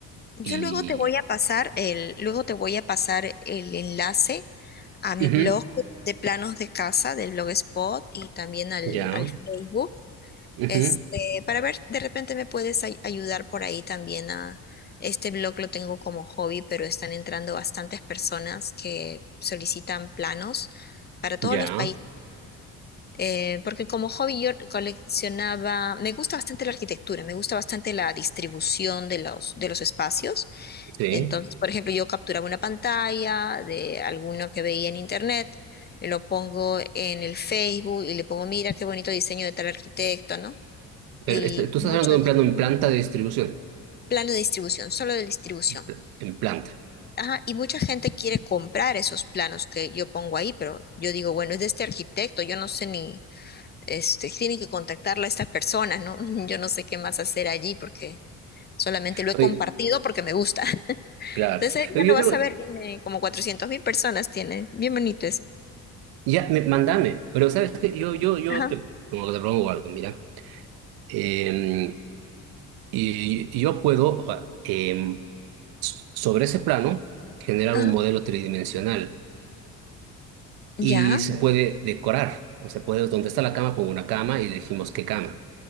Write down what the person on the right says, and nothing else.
Y
ujú,
ya,
ujú,
ya,
sí.
Pero este, tú
estás hablando de un plano en planta de distribución,
en pla- en planta.
Oye,
Claro.
Pero
Yo
tengo,
ya, me, mandame, pero sabes que yo, yo, yo
te, como que te propongo algo, mira. Em, y, y yo puedo, ah, em, s- sobre ese plano, generar
un modelo tridimensional
y se puede decorar. O sea, puede, donde está la cama, pongo una cama y elegimos qué cama.